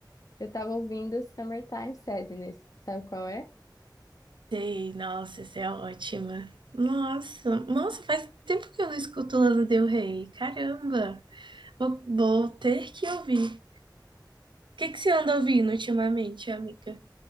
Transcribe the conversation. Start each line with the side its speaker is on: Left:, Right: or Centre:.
Left: Eu tava ouvindo Summertime Sadness. Sabe qual é?
Right: Sei, nossa, isso é ótima. Nossa, nossa, faz tempo que eu não escuto Lana Del Rey. Caramba, vou, vou ter que ouvir. O que que você anda ouvindo ultimamente, amiga?